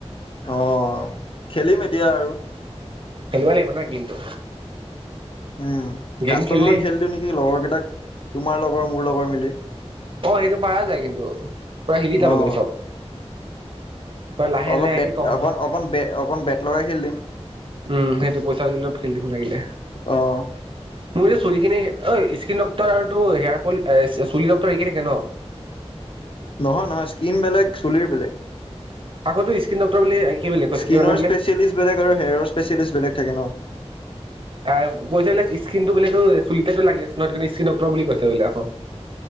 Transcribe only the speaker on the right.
খেলিব লাগিব ন গেমটো
গেম
খেলিলে
অ' সেইটো পাৰা যায় কিন্তু প্ৰায় হিলি যাব
কিন্তু চব পুৰা লাহে
লাহেকে
কম হ'লে।
উম সেইটো পইচা দিলে <unintelligible> খেলি দিম লাগিলে
মোৰ চুলি খিনি অই স্ক্ৰীন ডক্তৰ আৰুতো হেয়াৰ ফল চুলি ডক্টৰ একে থাকে ন?
আগতো স্কিন ডক্টৰ বুলি কি বুলি কৈছে
কি মানে বোলে
আ' কৈছে বুলে স্কিনটো বোলে টোৰ চুলিতেটো লাগি আছে ন সেইটো কাৰণে স্কিন ডক্টৰ বুলি কৈছে বোলে আকৌ।